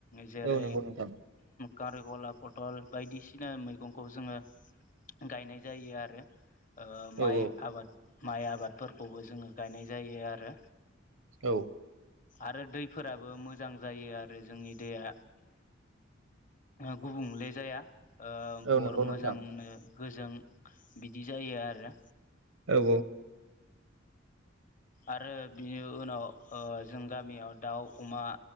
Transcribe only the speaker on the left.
जेरै
कारिखला पटल बायदिसिना मैगंखौ जोंङो गायनाय जायो आरो माइ
आबाद माइ आबादफोरखौबो जोंङो गायनाय जायो आरो
आरो दैफोराबो मोजां जायो आरो जोंनि दैया गुबुंले जाया
बर
मोजांनो
गोजों बिदि जायो आरो
आरो बिनि उनाव जों गामियाव दाउ अमा